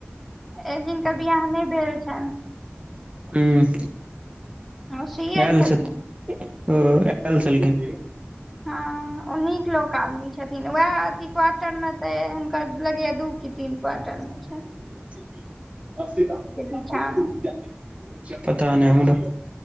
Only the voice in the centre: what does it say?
एक दिन के बियाह नहि भेल छनि
ओ सी ए
छथिन
हँ ओ नीक लोक आदमी छै छथिन वैह अथी क्वार्टर मे ते हुनकर लगैया दू की तीन क्वार्टर मे छैन
पीछा मे